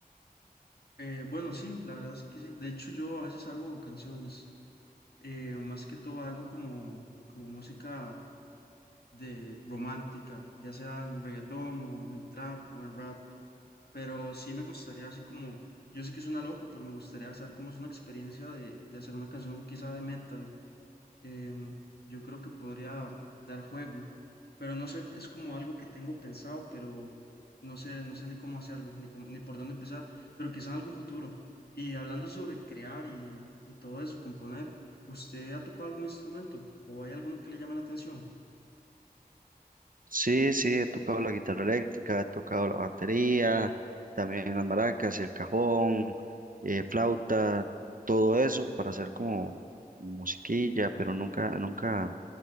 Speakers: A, on the left; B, on the right.
A: Eh, bueno, sí, la verdad es que sí. De hecho, yo a veces hago canciones, eh, más que todo hago como, como música de romántica, ya sea en reggaetón o en trap o en rap, pero sí me gustaría así como, yo sé que suena loco, pero me gustaría saber cómo es una experiencia de, de hacer una canción quizá de metal. em, yo creo que podría dar juego, pero no sé, es como algo que tengo pensado, pero no sé, no sé ni cómo hacerlo, ni cómo- ni por dónde empezar, pero quizá en algún futuro. Y hablando sobre crear y, y todo eso, componer, ¿usted ha tocado algún instrumento o hay alguno que le llame la atención?
B: Sí, sí, he tocado la guitarra eléctrica, he tocado la batería, también las maracas, el cajón, eh, flauta, todo eso para hacer como musiquilla, pero nunca, nunca